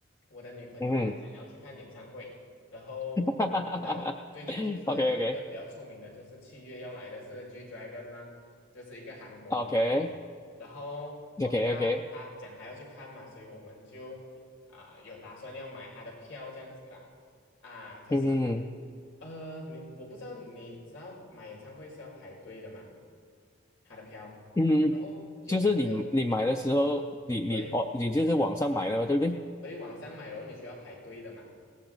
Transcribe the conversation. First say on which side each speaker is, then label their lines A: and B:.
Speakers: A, on the left (about 85°); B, on the left (about 15°).
A: 我的女朋友她想要去看演唱会。
B: 嗯哼，
A: 然后你知道最近就是有一个比较出名的，
B: <laughs> 哈哈哈哈哈，OK OK
A: 就是七月要来的是 G Dragon 呢、就是一个韩国明星。
B: OK
A: 然后 OK
B: OK
A: 啦，
B: OK，
A: 他讲还要去看嘛，所以我们就啊、有打算要买他的票这样子啦。啊，可是
B: 嗯哼。
A: 呃，你我不知道你知道买演唱会是要排队的嘛？他的票，
B: 嗯，
A: 然后有一个
B: 就是你你买的时候，你你哦，
A: 所以
B: 你就是网上买的嘛，对不对？
A: 所以网上买，然后你需要排队的嘛。